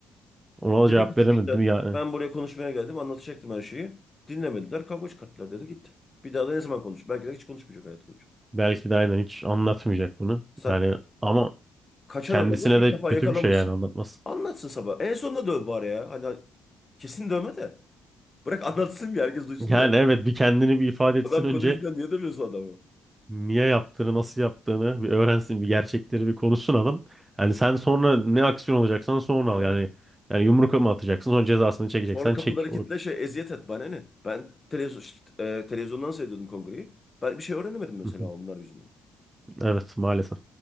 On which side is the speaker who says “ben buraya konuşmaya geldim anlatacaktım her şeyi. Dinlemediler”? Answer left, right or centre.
Left